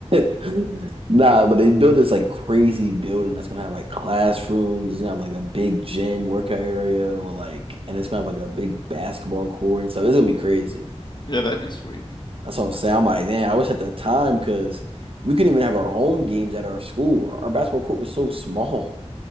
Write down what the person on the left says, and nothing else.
Yeah, that'd be sweet.